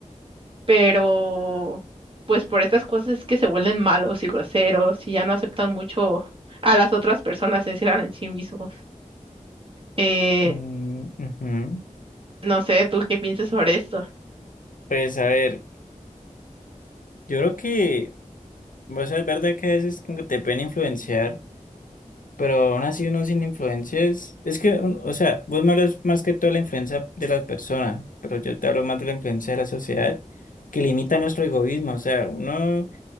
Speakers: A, on the right; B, on the left.
A: pero pues por estas cosas es que se vuelven malos y groseros y ya no aceptan mucho a las otras personas, se encierran en sí mismos. Eh,
B: Mm, ujú.
A: no sé, ¿tú qué piensas sobre esto?
B: Pues a ver, yo creo que, o sea, es verdad que a veces como que te pueden influenciar, pero aún así uno sin influencias, es que, un- o sea, vos me hablas más que todo la influencia de las personas, pero yo te hablo más de la influencia de la sociedad que limita nuestro egoísmo, o sea, uno